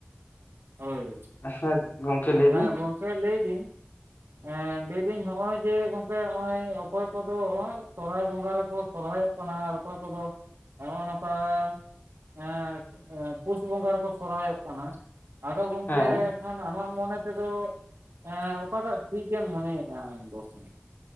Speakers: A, on the right; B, on the left.
A: ᱦᱳᱭ ᱾
B: <unintelligible>
A: ᱦᱟᱸ
B: ᱢᱮ
A: ᱵᱚᱝᱠᱮ ᱞᱟᱹᱭ ᱞᱟᱹᱵᱤᱱ ᱮ ᱞᱮᱭᱫᱟᱹᱧ ᱦᱚᱜᱼᱚᱭ ᱡᱮ ᱜᱚᱝᱠᱮ ᱚᱭ ᱚᱠᱚᱭ ᱠᱚᱫᱚ ᱚᱜᱚᱭ ᱥᱚᱨᱦᱟᱭ ᱵᱚᱸᱜᱟ ᱨᱮᱠᱚ ᱥᱚᱨᱦᱟᱭᱚᱜ ᱯᱱᱟ ᱟᱨ ᱚᱠᱚᱭ ᱠᱚᱫᱚ ᱦᱚᱜᱼᱚᱭ ᱱᱚᱝᱠᱟ ᱾ ᱮ ᱯᱩᱥ ᱵᱚᱸᱜᱟ ᱨᱮᱠᱚ ᱥᱚᱨᱦᱟᱭᱚᱜ ᱠᱟᱱᱟ ᱟᱫᱚ ᱜᱚᱝᱠᱮ
B: ᱦᱮᱸ
A: ᱠᱷᱟᱱ ᱟᱢᱟᱜ ᱢᱚᱱᱮ ᱛᱮᱫᱚ ᱮ ᱚᱠᱟᱴᱟᱜ ᱴᱷᱤᱠᱮᱢ ᱢᱚᱱᱮᱭᱮᱜᱼᱟ ᱟᱢᱫᱚ ᱠᱷᱟᱱ